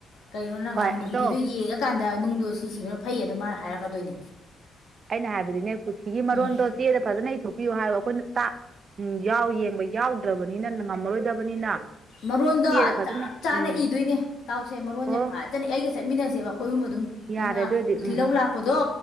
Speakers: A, on the left; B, on the right.
A: ꯀꯔꯤꯅꯣ ꯅꯪ
B: ꯍꯣꯏ
A: ꯑꯉꯥꯡꯗꯣ
B: ꯑꯗꯣ
A: ꯀꯨꯊꯤꯗꯣ ꯌꯦꯡꯉꯀꯥꯟꯗ ꯅꯨꯡꯗꯣ ꯁꯤꯁꯤꯕꯅ ꯐꯩꯗꯣ ꯃꯥꯅ ꯍꯥꯏꯔꯛꯀꯗꯣꯏꯅꯦ
B: ꯑꯩꯅ ꯍꯥꯏꯕꯗꯤꯅꯦ ꯀꯨꯊꯤꯒꯤ ꯃꯔꯣꯟꯗꯣ
A: ꯎꯝ
B: ꯆꯦꯗ ꯐꯖꯅ ꯊꯣꯛꯄꯤꯌꯨ ꯍꯥꯏ ꯑꯩꯈꯣꯏꯅ ꯇꯥꯛ ꯎꯝ ꯌꯥꯎ ꯌꯦꯡꯕ ꯌꯥꯎꯗ꯭ꯔꯕꯅꯤꯅ ꯉꯝꯃꯔꯣꯏꯗꯕꯅꯤꯅ
A: ꯃꯔꯣꯟꯗꯣ
B: ꯆꯦꯗ ꯐꯖꯅ
A: ꯆꯞ ꯆꯥꯅ
B: ꯎꯝ
A: ꯏꯗꯣꯏꯅꯦ ꯇꯥꯎꯁꯦ ꯃꯔꯣꯟꯁꯦ
B: ꯑꯣ
A: ꯐꯥ ꯐꯖꯅ ꯑꯩꯒ ꯆꯠꯃꯤꯟꯅꯁꯦꯕ ꯑꯩꯈꯣꯏꯍꯨꯝꯕ ꯑꯗꯨꯝ
B: ꯌꯥꯔꯦ
A: ꯅꯪꯅ
B: ꯑꯗꯨꯑꯣꯏꯗꯤ
A: ꯀꯨꯊꯤ
B: ꯎꯝ
A: ꯂꯧ ꯂꯥꯛꯄꯗꯣ